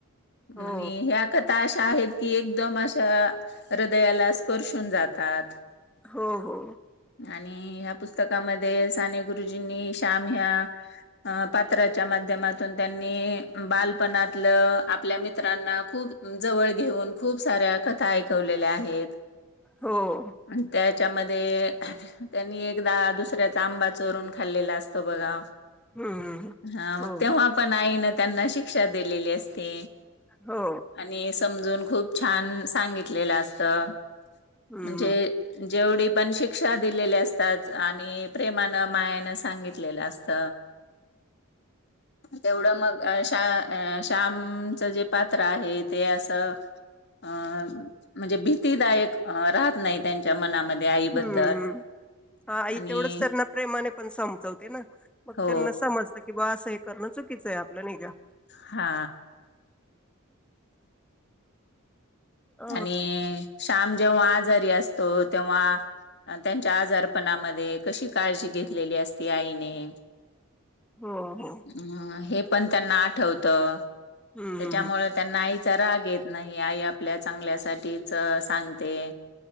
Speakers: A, in the centre; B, on the left.
A: हो,
B: आणि ह्या कथामध्ये आता अशा आहेत की एकदम अशा हृदयाला स्पर्शून जातात.
A: हो हो.
B: आणि ह्या पुस्तकामध्ये साने गुरुजींनी श्याम ह्या अ पात्राच्या माध्यमातून त्यांनी बालपणातलं आपल्या मित्रांना खूप जवळ घेऊन खूप साऱ्या कथा ऐकवलेल्या आहेत.
A: हो.
B: आणि त्याच्यामध्ये त्यांनी एकदा दुसऱ्याचा आंबा चोरून खाल्लेला असतो बघा
A: हं, हं.
B: हा मग
A: हो,
B: तेव्हा पण आईन त्यांना शिक्षा दिलेली असते.
A: हो.
B: आणि समजून खूप छान सांगितलेल असत म्हणजे
A: हं, हं.
B: जेवढे पण शिक शिक्षा दिलेली असतात, आणि प्रेमान मायान सांगितलेलं असत.
A: ह <unintelligible>
B: तेवढं मग अ, शा अ श्यामचं जे पात्र आहे ते असं अ म्हणजे भीतीदायक राहत नाही त्यांच्या मनामध्ये आईबद्दल
A: हम्म. आई
B: आणि
A: तेवढंच त्यांना प्रेमाने पण समजवते ना. मग
B: हो
A: त्यांना समजत, की बा असं हे करणं चुकीचं आहे आपलं नाहीका.
B: हा
A: अ
B: आणि श्याम जेव्हा आजारी असतो तेव्हा अ त्यांच्या आजारपणामध्ये कशी काळजी घेतलेली असती आईने.
A: हो हो
B: अम. हे पण त्यांना आठवतं.
A: हम्म
B: त्याच्यामुळे त्यांना आईचा राग येत नाही. आई आप आपल्या चांगल्यासाठीच अ सांगते,